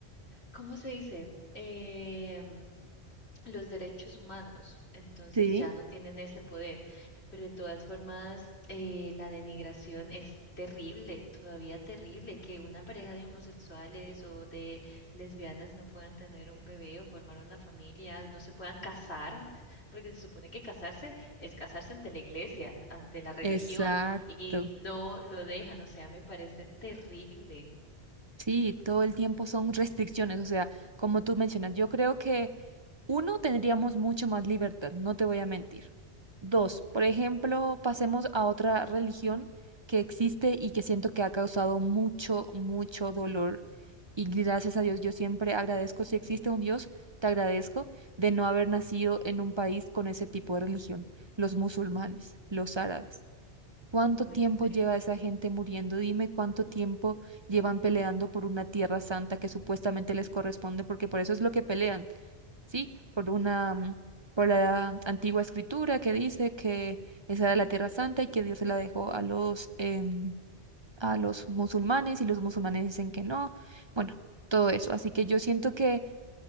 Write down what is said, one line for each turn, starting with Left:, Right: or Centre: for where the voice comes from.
Left: ¿cómo se dice? Em, los derechos humanos, entonces
Right: Sí.
Left: ya no tienen ese poder. Pero de todas formas, eh, la denigración es terrible, todavía terrible, que una pareja de homosexuales o de lesbianas no puedan tener un bebé o formar una familia, no se puedan casar, porque se supone que casarse es casarse ante la iglesia, ante la religión,
Right: Exacto.
Left: y no lo dejan, o sea, me parece terrible.
Right: Sí, todo el tiempo son restricciones, o sea, como tú mencionas, yo creo que uno, tendríamos mucho más libertad, no te voy a mentir. Dos, por ejemplo, pasemos a otra religión que existe y que siento que ha causado mucho, mucho dolor. Y gracias a Dios, yo siempre agradezco, si existe un Dios, te agradezco de no haber nacido en un país con ese tipo de religión, los musulmanes, los árabes. ¿Cuánto
Left: Uy,
Right: tiempo
Left: sí.
Right: lleva esa gente muriendo? Dime cuánto tiempo llevan peleando por una tierra santa que supuestamente les corresponde, porque por eso es lo que pelean, ¿sí? Por una, mm, por la antigua escritura que dice que esa era la tierra santa y que Dios se la dejó a los, em, a los musulmanes y los musulmanes dicen que no. Bueno, todo eso. Así que yo siento que